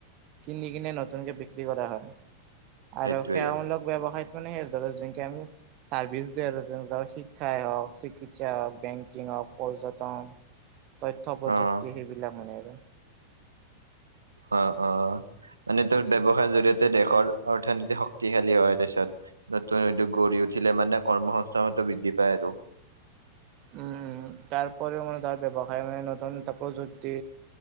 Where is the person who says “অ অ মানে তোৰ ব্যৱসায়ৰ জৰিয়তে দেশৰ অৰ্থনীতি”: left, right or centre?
Right